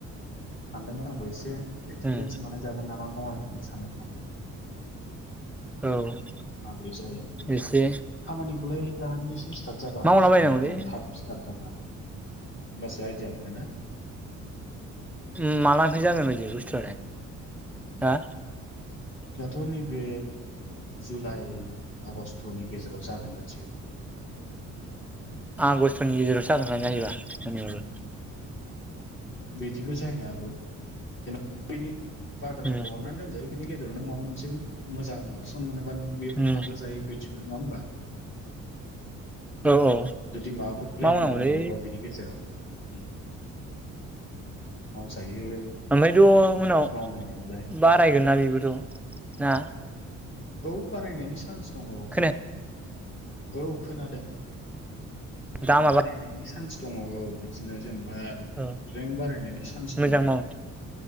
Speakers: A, on the left; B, in the centre.
A: सानदोंमोन आंबो एसे एक्सप्रेनस
B: उम
A: लानाय जागोन ना मा मावनाय होननानै सानदोंमोन आं।
B: औ।
A: माब्रै जायो
B: एसे
A: खामानिखौलाय दानि एसे स्टार्ट जाबा
B: मावलाबायनांगौलै
A: हामसिगौ नंदोंमोन आं थाब स्टार्ट जाबा। होमबासो आइदिया मोनो ना
B: ओम मालानिफराय जागोन बादि बुस्थु आलाय हा?
A: दाथ' नैबे जुलाइ आगष्टनि गेजेराव जागोन बादिसो।
B: आगष्ट'नि गेजेरावसो जागोना जायोबा आंनि बाबो
A: बिदिबो जाहैनो हागौ जेन'ब बेनि बाय'दााथाखौ
B: उम
A: हरनानै दोनजायो बेनि गेजे नों माबा मोनसे मोजां अपसन मोनो नंङा बा नों थुंग्रोजायो
B: उम
A: बिथिंबो नंङा ओनबा?
B: औ औ।
A: माबाफोर प्लेनिं
B: मावनांगौलै
A: दंबावबा बिनि गेजेराव उम। मावजायो
B: ओमफ्रायथ' उनाव
A: मावनायनियालाय
B: बारायगोन ना बेबोथ' ना?
A: औ बारायनायनि चान्स दं औ
B: खोनाया
A: औ खोनादों
B: दामा
A: बारायनायनि
B: बा
A: सान्स दङ औ बिदिनो जेनेबा
B: औ
A: रेंक बारायनायनि चान्स
B: मोजां
A: दं आरो
B: माव